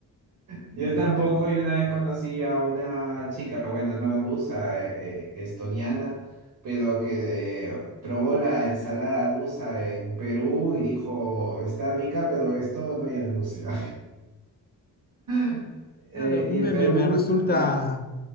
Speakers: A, on the right; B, on the left.
A: Yo tampoco, y una vez conocí a una chica, bueno, no arbusa, eh, eh, estoniana, pero que eh, probó la ensalada arbusa en Perú y dijo, está rica, pero esto no hay en Rusia. <laughs>
B: Claro,
A: Eh,
B: a mí
A: y
B: me,
A: en Perú
B: me, me resulta.
A: la-